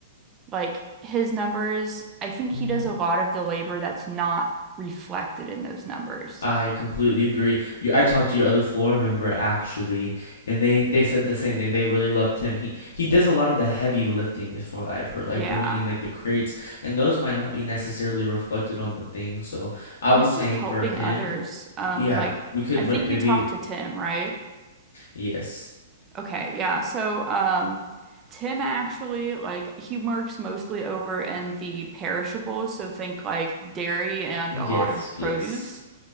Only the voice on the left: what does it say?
hmm
I completely agree. You, I talked to your other floor member actually, and they they said the same thing. They really loved him. He he does a lot of the heavy lifting, is what I've heard, like
bringing in like the crates, and those might not be necessarily reflected on the thing. So I was
saying
for him,
yeah,
we could
rent maybe.
Yes,
yes,
yes.